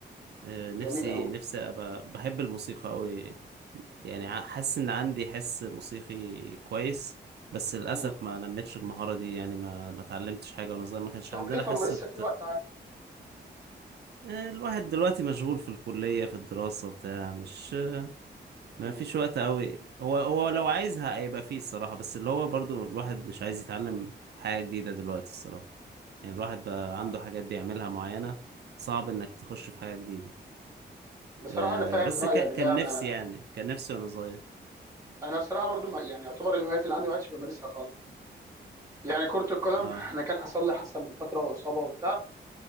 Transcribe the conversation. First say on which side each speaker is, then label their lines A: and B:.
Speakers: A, on the right; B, on the right.
A: آه، نفسي
B: جميل قوي
A: نفسي ابقى بحب الموسيقى قوي يعني ع- حاسس ان عندي حس موسيقي كويس بس للاسف
B: امم
A: ما نمتش المهاره دي يعني ما ما اتعلمتش حاجه وانا صغير ما كانش
B: طب
A: عندنا
B: ليه طب
A: حصه
B: ما لسه في وقت عاد
A: آه، الواحد دلوقتي مشغول في الكلية في الدراسة بتاع مش ما
B: امم
A: فيش وقت قوي هو هو لو عايزها هيبقى فيه الصراحة بس اللي هو برضو الواحد مش عايز يتعلم حاجة جديدة دلوقتي الصراحة يعني الواحد بقى
B: صح
A: عنده حاجات
B: آه.
A: بيعملها معينة صعب انك تخش في حاجة جديدة
B: بصراحه
A: أه
B: انا فاهم
A: بس
B: رايك
A: ك...
B: ده
A: كان
B: انا
A: نفسي يعني كان نفسي وانا صغير
B: انا بصراحه برضو ما يعني يعتبر الهوايات اللي عندي ما عادش بمارسها خالص يعني كره القدم
A: اه
B: انا كان حصل لي حادثه من فتره واصابه وبتاع